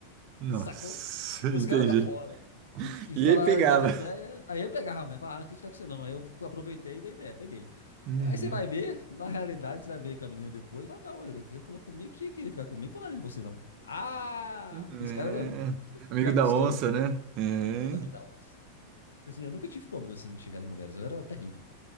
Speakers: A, on the left (about 70°); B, on the right (about 40°).
A: <laughs>
B: Nossa,
A: Sacou?
B: <laughs>
A: Os caras
B: entendi.
A: da fora E
B: E
A: Falar,
B: aí pegava.
A: dava ideia, aí ele pegava a mãe, falava, ah, não quis ficar com você não. Aí eu aproveitei e dei ideia, peguei.
B: Uhum.
A: Aí você vai ver, na realidade, você vai ver com a menina depois, fala, não, ele ele falou comigo que queria ficar comigo, falou nada de você não. Ah!
B: É.
A: E os caras, assim,
B: Amigo
A: já
B: da
A: vi histórias,
B: onça, né? É.
A: é, os amigos da onça. Assim, eu nunca tive problema, assim, em chegar em mulheres, eu era terrível.